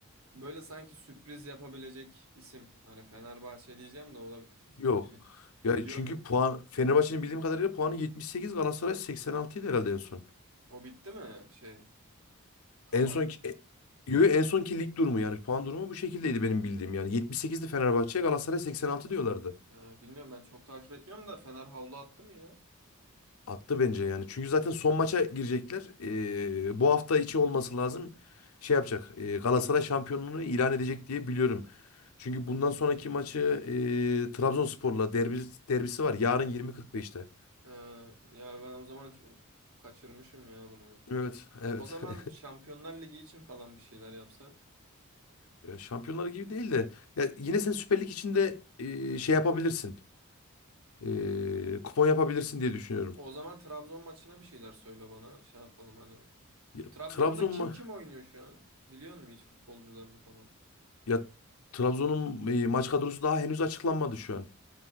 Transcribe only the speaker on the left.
Yok.
Ya
çünkü puan Fenerbahçe'nin bildiğim kadarıyla puanı yetmiş sekiz Galatasaray 86 idi herhalde en son.
En son yo, yo, en sonki lig durumu yani puan durumu bu şekildeydi benim bildiğim yani. 78'di Fenerbahçe Galatasaray 86 diyorlardı.
Attı bence yani. Çünkü zaten son maça girecekler. Ee, bu hafta içi olması lazım. Şey yapacak. e, Galatasaray şampiyonluğunu ilan edecek diye biliyorum. Çünkü bundan sonraki maçı e, Trabzonspor'la derbi, derbisi var. Yarın 20.45'te.
Evet, evet.
<laughs>
Ya Şampiyonlar gibi değil de ya yine sen Süper Lig içinde e, şey yapabilirsin. E, kupon yapabilirsin diye düşünüyorum.
Ya,
Trabzon
mu?
Ya Trabzon'un e, maç kadrosu daha henüz açıklanmadı şu an.